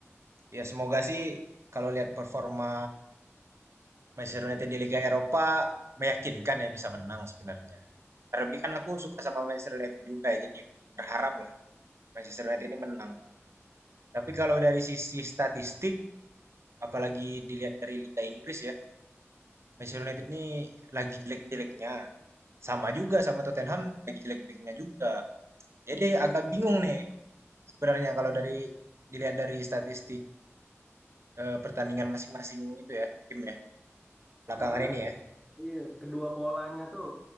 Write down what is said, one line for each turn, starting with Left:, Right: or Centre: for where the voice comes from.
Right: ya semoga sih kalau lihat performa Manchester United di Liga Eropa meyakinkan ya bisa menang sebenarnya. Terlebih kan aku suka sama Manchester United juga ya, jadi berharap lah Manchester United ini menang. Tapi kalau dari sisi statistik, apalagi dilihat dari Liga Inggris ya, Manchester United ini lagi jelek-jeleknya. Sama juga sama Tottenham, lagi jelek-jeleknya juga. Jadi agak bingung nih sebenarnya kalau dari dilihat dari statistik. eh, pertandingan masing-masing itu ya, tim ya. Belakangan
Centre: Karena
Right: ini ya.
Centre: iya, kedua polanya tuh